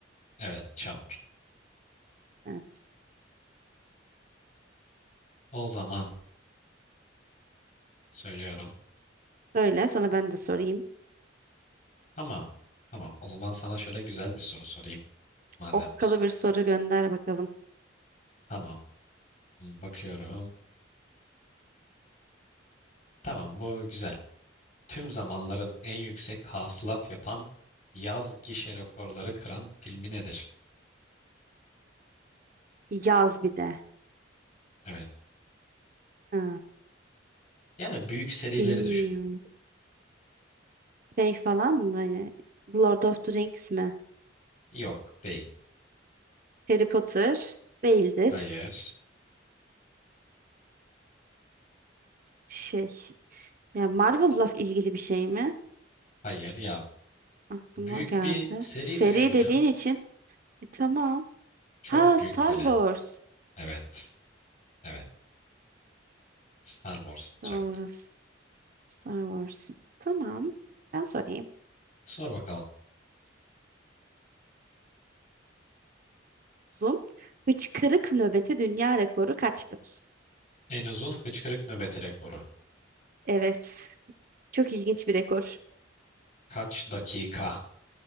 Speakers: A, on the left; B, on the right.
A: Evet, çamur.
B: Evet.
A: O zaman söylüyorum.
B: Söyle, sonra ben de sorayım.
A: Tamam. Tamam. O zaman sana şöyle güzel bir soru sorayım. Madem
B: Okkalı bir soru gönder bakalım.
A: tamam. Hmm, Bakıyorum. Tamam, bu güzel. tüm zamanların en yüksek hasılat yapan yaz gişe rekorları kıran filmi nedir?
B: Yaz bir de.
A: Evet.
B: Ha,
A: Yani büyük serileri
B: bilmiyorum.
A: düşün.
B: Şey falan mı? Hani Lord of the Rings mi?
A: Yok değil.
B: Harry Potter değildir.
A: Hayır.
B: Şey. Ya Marvel'la ilgili bir şey mi?
A: Hayır ya
B: Aklıma
A: büyük
B: o geldi.
A: bir seri
B: Seri
A: düşün ya.
B: dediğin için. E, tamam.
A: Çok
B: Ha
A: büyük
B: Star
A: böyle.
B: Wars.
A: Evet. Evet. Star Wars olacaktı.
B: Doğru. Star Wars. Tamam. Ben sorayım.
A: Sor bakalım.
B: Uzun. Hıçkırık nöbeti dünya rekoru kaçtır?
A: En uzun hıçkırık nöbeti rekoru.
B: Evet. Çok ilginç bir rekor.
A: Kaç dakika?